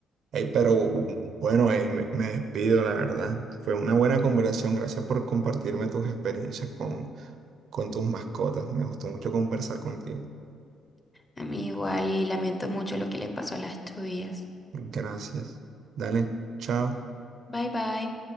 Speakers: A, on the right; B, on the left.
A: Ey, pero bu- bueno, eh, me, me despido, la verdad. Fue una buena conversación. Gracias por compartirme tus experiencias con, con tus mascotas. Me gustó mucho conversar contigo.
B: A mí igual y lamento mucho lo que le pasó a las tuyas.
A: Gracias. Dale, chao.
B: Bye bye.